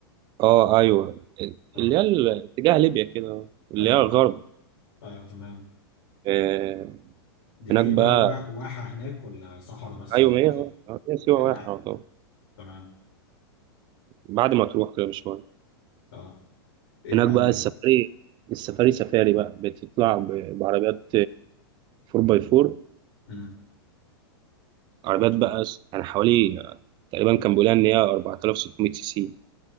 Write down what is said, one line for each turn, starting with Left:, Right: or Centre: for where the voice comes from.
Right: اه أيوه
Left: آه
Right: اللي هي ال- اتجاه ليبيا كده اللي
Left: أيوه
Right: هي الغرب
Left: أه أيوه تمام
Right: آه
Left: دي
Right: هناك
Left: في
Right: بقى
Left: بقى وا- واحة هناك ولا صحراء بس
Right: أيوه
Left: ولا
Right: ما
Left: إيه
Right: هي
Left: بالظبط؟
Right: آه، هي سيوة
Left: إيه،
Right: واحد
Left: واحة
Right: طبعا
Left: تمام
Right: بعد ما تروح كده بشوية
Left: أه إيه
Right: هناك
Left: بقى
Right: بقى
Left: اللي
Right: السفاري السفاري سفاري بقى بتطلع ب- بعربيات 4 باي 4
Left: مم.
Right: عربيات بقى س- يعني حوالي تقريبا كان بيقولها ان هي 4600 سي سي